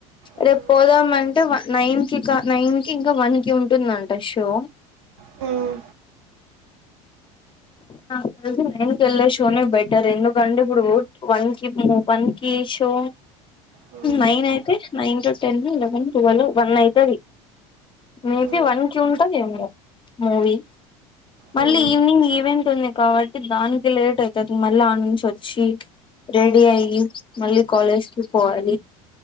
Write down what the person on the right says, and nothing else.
మ్మ్
హ్మ్మ్.
మ్మ్
మ్మ్
మ్మ్